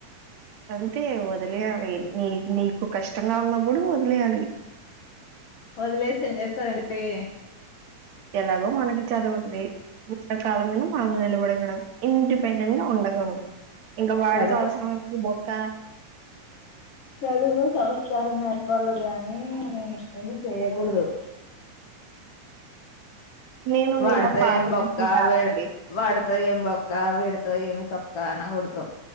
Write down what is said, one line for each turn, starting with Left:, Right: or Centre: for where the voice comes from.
Right: అంతే వదిలేయాలి నీ నీకు కష్టంగా ఉన్నప్పుడు వదిలేయాలి
Left: వదిలేసి ఏం చేస్తారండివి
Right: ఎలాగో మనకి చదువుంది పుస్త కాళ్ళ మీద మనం నిలబడగడం ఇండిపెండెంట్ గా ఉండగలం ఇంకా వాడితో
Left: చదువు
Right: అవసరమేముంది బొక్క
Left: చదువు సంస్కారం నేర్పాల గాని ఇ పని చేయ్యకూడదు
Right: నేను
Left: వాడితో
Right: మీలా పాత
Left: ఏం బొక్క
Right: మనిషిని కాదండి
Left: వీడు వాడితో ఏం బొక్క వీడితో ఏమి తొక్క అనకూడదు